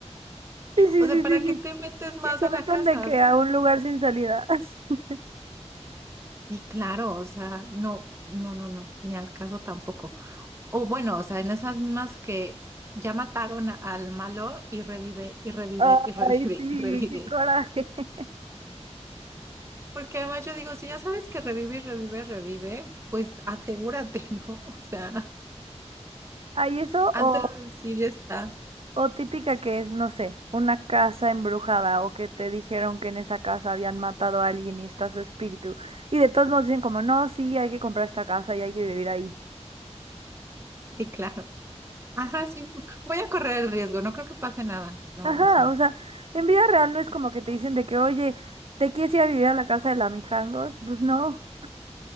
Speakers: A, on the right (about 55°); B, on the right (about 25°).
A: Sí, sí,
B: O sea,
A: sí,
B: ¿para
A: sí,
B: qué te
A: sí.
B: metes más
A: Y se
B: a
A: meten
B: la casa?
A: de que
B: Salte.
A: a un lugar sin salida. <laughs>
B: Sí, claro, o sea, no, no, no, no, ni al caso tampoco. O bueno, o sea, en esas mismas que ya mataron a- al malo y revive, y revive,
A: Ay,
B: y revive,
A: sí,
B: y revive.
A: qué coraje. <laughs>
B: Porque además yo digo, si ya sabes que revive y revive, revive, pues asegúrate, <laughs> ¿no? O sea,
A: Ay, eso
B: antes
A: o
B: de decir ya está.
A: O típica que es, no sé, una casa embrujada o que te dijeron que en esa casa habían matado a alguien y está su espíritu. Y de todos modos dicen como, no, sí, hay que comprar esta casa y hay que vivir ahí.
B: Sí, claro. Ajá, sí, voy a correr el riesgo, no creo que pase nada. No,
A: Ajá,
B: o sea,
A: o sea, en vida real no es como que te dicen de que, oye, ¿te quieres ir a vivir a la casa de la Mijangos? Pues no,